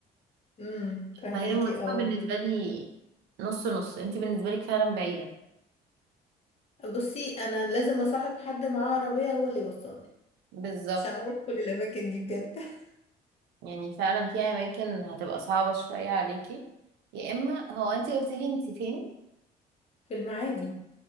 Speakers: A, on the left; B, on the right.
A: امم فهماكي
B: فهي المسافه
A: اه
B: بالنسبه لي نص نص انت بالنسبه لك فعلا بعيده
A: بصي انا لازم اصاحب حد معاه عربية هو اللي يوصلني
B: بالظبط
A: عشان اروح كل الاماكن دي بجد <laughs>
B: يعني فعلا في اماكن هتبقى صعبه شويه عليكي يا اما هو انت قلتي لي انت فين
A: في المعادي